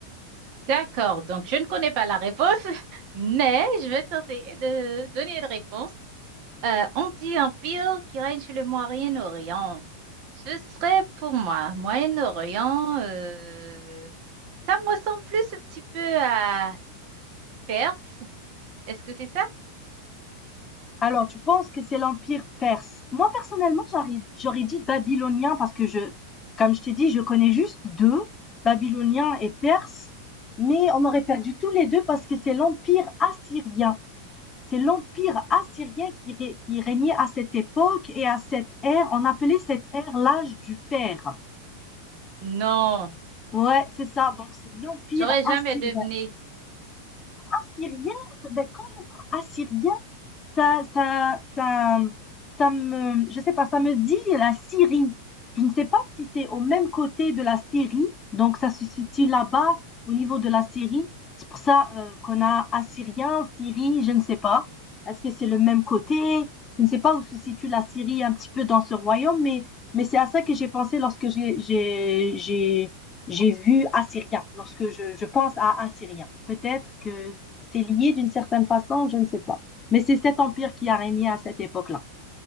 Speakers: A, on the right; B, on the left.
A: D'accord, donc je ne connais pas la réponse, <laughs> mais je vais tenter de donner une réponse. Euh, on dit empire qui règne sur le Moyen-Orient. Ce serait pour moi, Moyen-Orient, euh, ça me ressemble plus un petit peu à Perse. Est-ce que c'est ça?
B: Alors, tu penses que c'est l'Empire perse? Moi, personnellement, j'aurais j'aurais dit babylonien parce que je, comme je t'ai dit, je connais juste deux, babylonien et perse, mais on aurait perdu tous les deux parce que c'est l'Empire assyrien. C'est l'Empire assyrien qui, ré- qui régnait à cette époque et à cette ère. On appelait cette ère l'âge du fer.
A: Non,
B: Ouais, c'est ça. Donc, c'est l'Empire
A: j'aurais
B: assyrien.
A: jamais deviné.
B: Assyrien, ben, quand j'entends assyrien, ça, ça, ça, ça me, je sais pas, ça me dit la Syrie. Je ne sais pas si c'est au même côté de la Syrie, donc ça se situe là-bas au niveau de la Syrie. C'est pour ça euh, qu'on a Assyrien, Syrie, je ne sais pas. Est-ce que c'est le même côté Je ne sais pas où se situe la Syrie un petit peu dans ce royaume, mais mais c'est à ça que j'ai pensé lorsque j'ai j'ai j'ai j'ai vu Assyrien, lorsque je, je pense à Assyrien. Peut-être que c'est lié d'une certaine façon, je ne sais pas. Mais c'est cet empire qui a régné à cette époque-là.